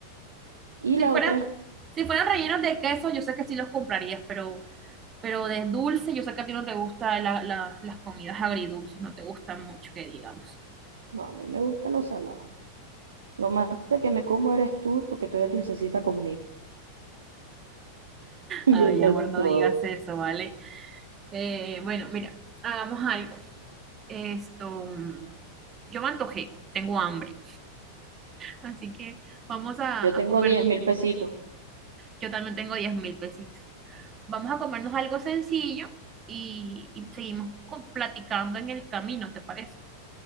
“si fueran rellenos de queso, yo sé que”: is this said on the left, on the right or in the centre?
Right